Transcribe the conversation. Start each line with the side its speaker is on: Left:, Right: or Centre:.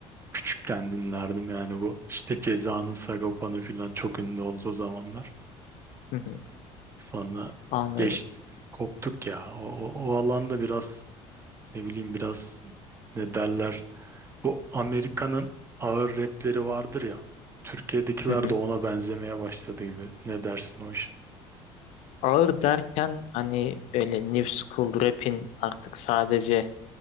Right: küçükken dinlerdim yani bu işte Ceza'nın Sagopa'nı falan çok ünlü olduğu zamanlar.
Left: Hı hı,
Right: Sonra
Left: anladım.
Right: geç koptuk ya. O, o, o alanda biraz ne bileyim biraz ne derler Bu Amerika'nın ağır rapleri vardır ya. Türkiye'dekiler
Left: Hı hı.
Right: de ona benzemeye başladı gibi. Ne dersin o iş?
Left: Ağır derken hani böyle new school rap'in artık sadece